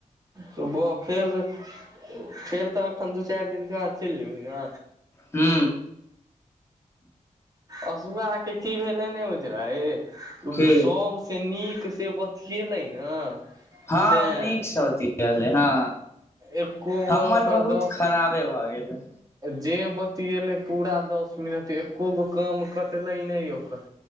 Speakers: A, on the right; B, on the left.
A: सुबह फेर फेर तऽ एखन दू चारि दिननके हाथ चलि जेयबै ने
B: हू
A: असुआके की भेलै ने बुझलहिं
B: की
A: सभसँ नीक से बतएलै ने
B: हँ
A: तें
B: ओ नीकसँ अथि कएलै हँ
A: एको
B: हमर
A: गो ओकर
B: बहुत
A: दस
B: खराबे भऽ गेल हे
A: जे बतिएले पूरा दस मिनट एको गो काम कटलै नइ ओकर